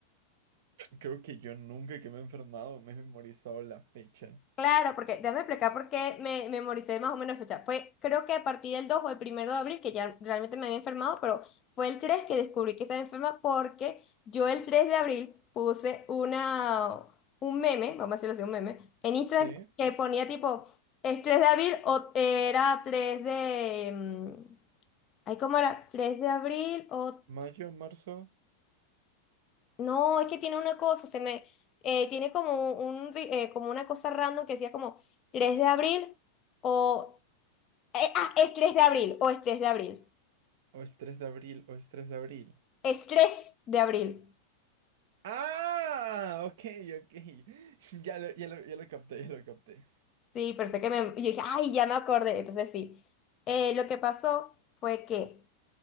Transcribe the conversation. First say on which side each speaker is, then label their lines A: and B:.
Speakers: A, on the right; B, on the left.
A: creo que yo nunca que me he enfermado me he memorizado la fecha.
B: Claro, porque déjame explicar por qué me memoricé más o menos la fecha. Fue, creo que a partir del 2 o el primero de abril, que ya realmente me había enfermado, pero fue el tres que descubrí que estaba enferma porque yo el 3 de abril puse una, un meme, vamos a decirlo así, un meme, en Instagram
A: ¿Sí?
B: que ponía tipo, es 3 de abril o era 3 de... mm, Ay, ¿cómo era? 3 de abril o
A: ¿Mayo, marzo?
B: no, es que tiene una cosa, se me eh, tiene como un ri- eh, como una cosa random que decía como 3 de abril o eh, ah, es 3 de abril o es 3 de abril.
A: ¿O es 3 de abril? ¿O es 3 de abril?
B: Es 3 de abril.
A: ¡Ah! Ok, ok. <laughs> Ya lo, ya lo, ya lo capté, ya lo capté.
B: Sí, pero sé que me yo dije, "Ay, ya me acordé." Entonces sí. Eh, lo que pasó fue que